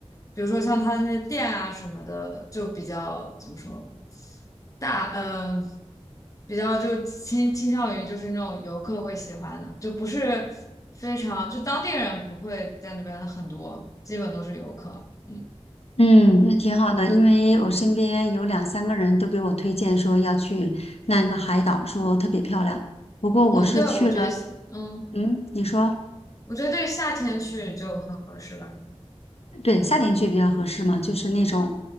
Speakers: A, on the left (about 30°); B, on the left (about 65°).
A: 比如说像它那些店啊什么的，就比较怎么说大嗯、呃比较就倾倾向于就是那种游客会喜欢的，就不是非常就当地人不会在那边很多，基本都是游客。嗯
B: 嗯。那挺好的，因为我身边有两三个人都给我推荐说要去那个海岛，说特别漂亮。不过我是去了，
A: 嗯，对，我觉得嗯。
B: 嗯，你说。
A: 我觉得对夏天去就很合适了。嗯
B: 对，夏天去比较合适嘛，就是那种